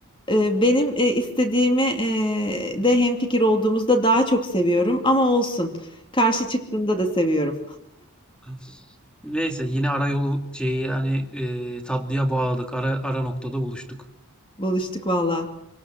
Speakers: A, on the left; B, in the centre.
A: Ee, Benim e, istediğimi e, de hemfikir olduğumuzda daha çok seviyorum ama olsun. Karşı çıktığında da seviyorum.
B: <laughs> Neyse yine arayolu şeyi hani e, tatlıya bağladık. Ara ara noktada buluştuk.
A: Buluştuk valla.